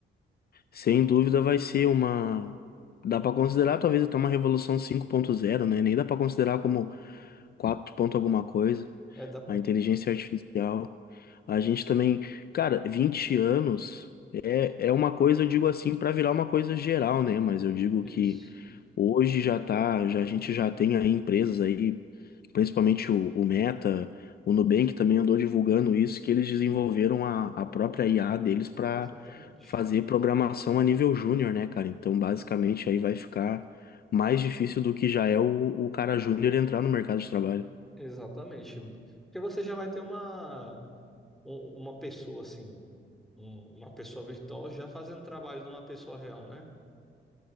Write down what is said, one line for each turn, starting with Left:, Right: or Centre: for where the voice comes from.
Left: Sem dúvida vai ser uma. Dá para considerar talvez até uma revolução cinco ponto zero né? Nem dá para considerar como 4 ponto alguma coisa.
Centre: É da...
Left: A inteligência artificial. A gente também. Cara, 20 anos é, é uma coisa, eu digo assim, para virar uma coisa geral, né? Mas eu digo
Centre: Isso.
Left: que Hoje já tá, já, a gente já tem aí empresas aí, principalmente o, o Meta, o Nubank também andou divulgando isso, que eles desenvolveram a, a própria IA deles para
Centre: Exatamente.
Left: fazer programação a nível júnior, né, cara? Então, basicamente, aí vai ficar mais difícil do que já é o, o cara júnior entrar no mercado de trabalho.
Centre: Exatamente. Porque você já vai ter uma, u- uma pessoa assim, um- uma pessoa virtual já fazendo o trabalho de uma pessoa real, né?